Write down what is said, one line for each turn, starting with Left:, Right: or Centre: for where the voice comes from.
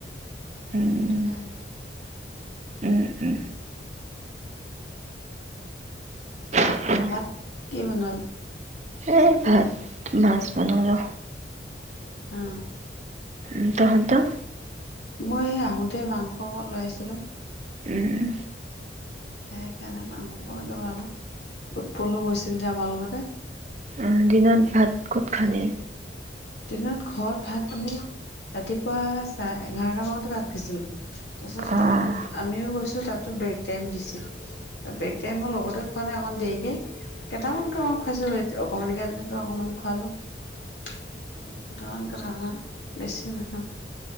Right: উম
Left: সেইটো কাৰণে।
Right: উম, উম,। উম।
Left: ভাত কি বনালে?
Right: এই ভাত, মাছ বনোলো।
Left: অ।
Right: উ, তহন্তৰ?
Left: মই আহোতে মাংস অকন লৈ আহিছিলো।
Right: উম।
Left: সেইকাৰণে মাংস কনকে ভনালো। উৎপলো গৈছিল যে আমাৰ লগতে।
Right: অহ দিনত ভাত ক'ত খালি?
Left: দিনত ঘৰত ভাত পানী, ৰাতিপুৱা চাৰে এঘাৰটা মানতে ভাত খাইছিলো। তাৰপিছত
Right: অ
Left: তাত আমিও গৈছোঁ তাত ব্ৰেক টাইম দিছে। ব্ৰেক টাইমৰ লগতে খোৱা নে অকণ দেৰিকে কতেমান কেতেমাক খুৱাইছো, এতিয়া অকমানকে এজনীক অকমান খুৱালো। কেইটামান, কেইটামান হা বেছি নাসাও,